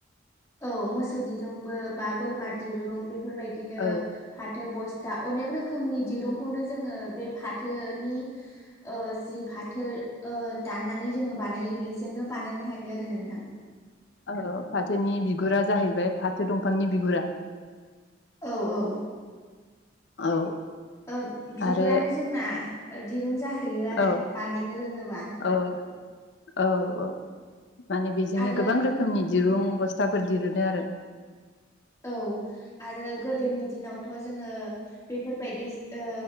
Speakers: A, on the left (about 15°); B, on the left (about 65°).
A: औ मोसौ दिरुंबो बा बोरमा दिरुं बे -फोरबायदिनो
B: औ
A: फाथो बस -था अनेक रोखोमनि दिरुंखौनो जोङो बे फाथोनि ओ जि फाथो दाननानै जोङो बानायो बेजोंनो बानायनो हायो आरो नोंथां
B: औ फाथोनि बिगुरा जाहैबाय फाथो दंफांनि बिगुरा
A: औ औ
B: औ
A: ओ बिगुरानो
B: आरो
A: जोंना दिरुं जाहैयो आरो
B: औ
A: बानायनो रोङोबा
B: औ औ औ माने बेजोंनो
A: आरो
B: गोबां रोखोमनि दिरुं बस -थाफोर दिरुनो आरो
A: औ आरो गोदोनि दिनावथ जोङो बेफोरबायदि ओ